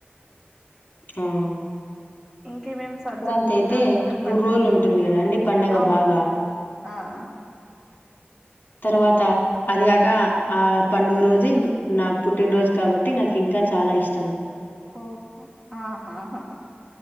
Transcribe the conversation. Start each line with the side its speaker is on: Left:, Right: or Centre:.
Left: హ్మ్
Right: ఇంకేమేం స
Left: సంక్రాంతి
Right: జరుపుకుంటారండి
Left: అయితే
Right: మరి
Left: మూడు
Right: పండుగలు
Left: రోజులు ఉంటుంది కదండి పండగ
Right: అవును
Left: బాగా
Right: ఆ
Left: తర్వాత అదిగాక ఆ పండుగ రోజే నా పుట్టినరోజు కాబట్టి నాకు ఇంకా చాలా ఇష్
Right: ఓహో ఆహా హా